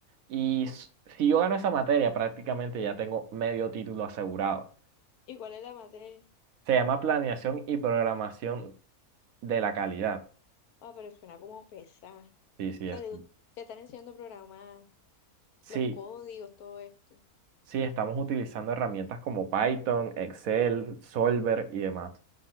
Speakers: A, on the right; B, on the left.
A: Y s- si yo gano esa materia, prácticamente ya tengo medio título asegurado.
B: ¿Y cuál es la materia?
A: Se llama Planeación y Programación de la Calidad.
B: Ah, pero suena como pesada.
A: Sí, sí,
B: O sea,
A: es.
B: te, te están enseñando a programar,
A: Sí,
B: los códigos, todo esto.
A: sí, estamos utilizando herramientas como Python, Excel, Solver y demás.